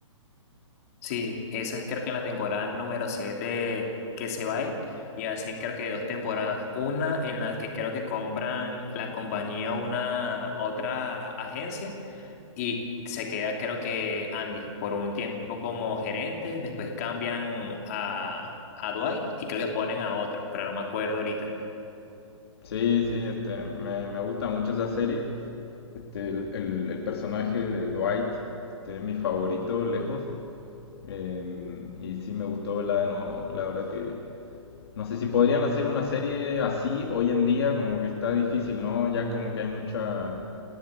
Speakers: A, on the left; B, on the left.
A: Sí, esa es creo que la temporada número 7 que se va él y hacen creo que dos temporadas. Una en la que creo que compran la compañía a una otra agencia y se queda creo que Andy por un tiempo como gerente, después cambian a, a Dwight y creo que ponen a otro, pero no me acuerdo ahorita.
B: Sí, sí, este, me, me gusta mucho esa serie. Este, el, el- el personaje de Dwight este, es mi favorito lejos. Em, y sí me gustó verla de nuevo. La verdad que no sé si podrían hacer una serie así hoy en día, como que está difícil, ¿no? Ya como que hay mucha,